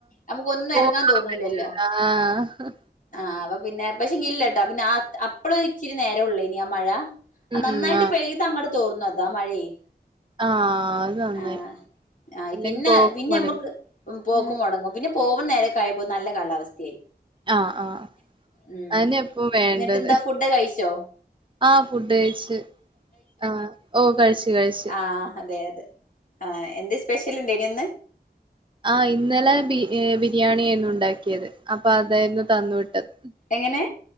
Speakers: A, on the left; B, on the right.
A: അമ്മക്കൊന്നും
B: പോകാൻ
A: എറങ്ങാൻ തോന്നൂല്ലല്ലോ.
B: പറ്റൂല ആഹ്
A: ആഹ് അപ്പൊപിന്നെ പക്ഷേ ഇല്ലാട്ടോ പിന്നെ ആ അപ്പഴ് ഇച്ചിരി നേരം ഉള്ളേനി ആ മഴ
B: ഉം
A: നന്നായിട്ട്
B: ആഹ്
A: പെയ്ത് അങ്ങട് തോർന്നു അതാ മഴയേ
B: ആഹ് അത് നന്നായി
A: ആഹ് ആ
B: അല്ലെങ്കി
A: പിന്നെ
B: പോക്ക്
A: പിന്നെമ്മക്ക്
B: മൊടങ്ങും
A: പോക്ക്
B: ഉം
A: മൊടങ്ങും പിന്നെ പോവുന്നനേരൊക്കായപ്പോ നല്ല കാലാവസ്ഥയി
B: ആഹ് ആഹ്
A: ഉം
B: അതന്നെ ഇപ്പൊ വേണ്ടത്
A: ന്നിട്ട്ന്താ ഫുഡ് കയിച്ചോ
B: ആഹ് ഫുഡ് കഴിച്ച് ആഹ് ഓ കഴിച്ച് കഴിച്ച്
A: ആഹ് അതെയതെ ആഹ് എന്ത് സ്പെഷലിണ്ടേനിന്ന്
B: ആഹ് ഇന്നലെ ബി ബിരിയാണി ആയിരുന്നു ഉണ്ടാക്കിയത് അപ്പ അതായിരുന്നു തന്നു വിട്ടത്
A: എങ്ങനെ